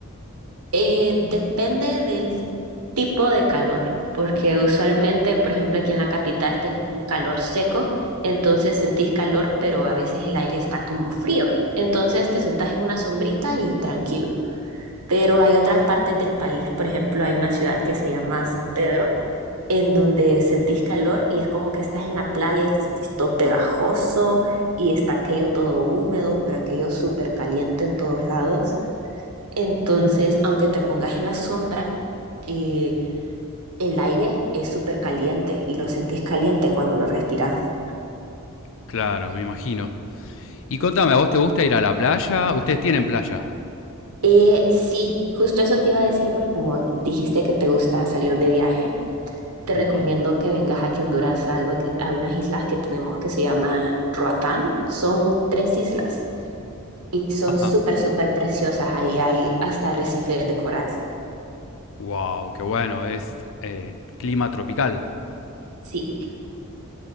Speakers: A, on the right; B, on the left.
A: Eh, depende del tipo de calor, porque usualmente, por ejemplo, aquí en la capital tenés un calor seco, entonces sentís calor, pero a veces el aire está como frío. Entonces te sentás en una sombrita y tranquilo pero hay otras partes del país, por ejemplo, hay una ciudad que se llama San Pedro, en donde sentís calor y es como que estás en la playa y te sentís todo pegajoso y está aquello todo húmedo, pero aquello súper caliente en todos lados. Entonces, aunque te pongas en la sombra, eh, el aire es súper caliente y lo sentís caliente cuando lo respiras.
B: Claro, me imagino. Y contame, ¿a vos te gusta ir a la playa? ¿Ustedes tienen playa?
A: Eh, sí, justo eso te iba a decir porque como dijiste que te gusta salir de viaje, te
B: Ujú.
A: recomiendo que vengas aquí a Honduras a, algo que, a unas islas que tenemos que se llaman Roatán. Son tres islas y son
B: Ajá.
A: súper, súper preciosas. Ahí hay hasta arrecifes de coral.
B: Wow, qué bueno, es eh, clima tropical.
A: Sí,